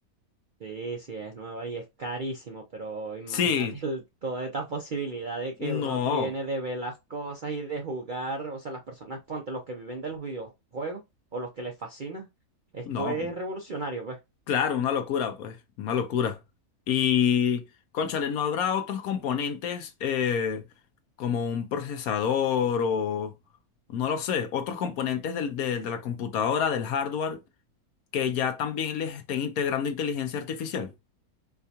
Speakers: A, on the right; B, on the left.
A: Sí, sí, es nueva y es carísimo, pero imagínate
B: Sí,
A: <laughs> el- toda esta posibilidad de que
B: no,
A: uno tiene de ver las cosas y de jugar, o sea, las personas, ponte, los que viven de los videojuegos o los que les fascina, esto
B: no.
A: es revolucionario, pues.
B: Claro, una locura, pues, una locura. Y, cónchale, ¿no habrá otros componentes eh, como un procesador o, no lo sé, otros componentes del- de, de la computadora, del hardware, que ya también les estén integrando inteligencia artificial?